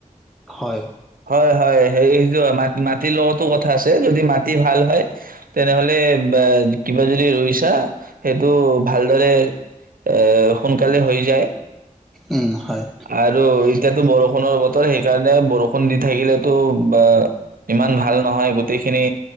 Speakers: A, in the centre; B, on the right.
A: হয়।
B: হয়, হয় সেযোৰ মাটি মাত মাটিৰ লগতো কথা আছে যদি মাটি ভাল হয়, তেনেহ'লে বা কিবা যদি ৰুইছা সেইটো ভালদৰে এ, সোন কালে হৈ যায়
A: উম হয়
B: আৰু এতিয়াতো বৰষুণ বৰষুণৰ বতৰ সেইকাৰণে বৰষুণ বৰষুণ দি থাকিলেতো বা ইমান ভাল নহয় গোটেই গোটেইখিনি